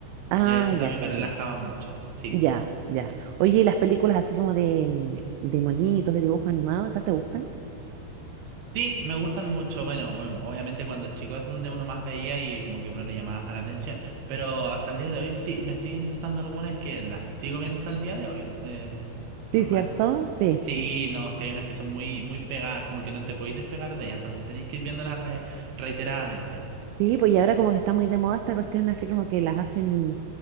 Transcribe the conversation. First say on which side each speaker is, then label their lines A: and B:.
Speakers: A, on the right; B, on the right.
A: Ah,
B: y eso
A: ya,
B: también
A: ya,
B: me relajaba
A: ya,
B: mucho, sí.
A: ya, ya. Oye, ¿y las películas así como de, mm, de monitos, de dibujos animados, esas te gustan?
B: Sí, me gustan mucho, bueno, bueno, obviamente cuando chico es donde uno más veía y como que uno le llamaba más la atención, pero hasta el día de hoy sí, me siguen gustando algunas que las sigo viendo hasta el día de hoy, eh, normal.
A: Sí, ¿cierto? Sí.
B: Sí, no, es que hay unas que son muy, muy pegadas, como que no te podéis despegar de ellas, entonces tenéis que ir viéndolas re- reiteradamente.
A: Sí, pues y ahora como que está muy de moda esta cuestión, así como que las hacen,